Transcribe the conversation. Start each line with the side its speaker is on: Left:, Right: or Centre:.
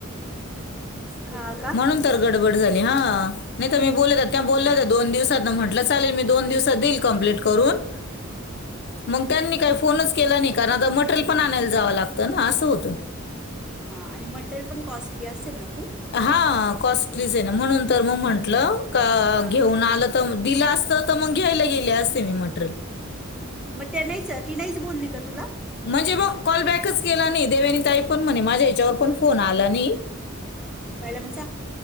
Centre: हा का.
Left: म्हणून गडबड झाली हा नाही मी बोलत बोलला दोन दिवसात म्हटलं चालेल मग दोन दिवसात देई. कम्प्लीट करून.
Centre: <inaudible>
Left: मग त्यांनी काही फोनच केला नाही. कारण आता मटेरियल पण आणायला जावं लागतं ना असं होतं.
Centre: हा आणि मटेरियल पण कॉस्टली असेल ना खुप.
Left: हा कॉस्टलीच हे ना म्हणून तर मग म्हंटलं का
Centre: हां
Left: घेऊन आलं त मग दिलं असतं तर मग घ्यायला गेले असते मी मटेरियल.
Centre: मग त्या नाहीच ती नाहीच बोलली का तुला?
Left: म्हणजे मग कॉल बॅकच केला नाही. देवयानीताई पण म्हणे माझ्या याच्यावर पण फोन आला नाही.
Centre: मॅडमचा.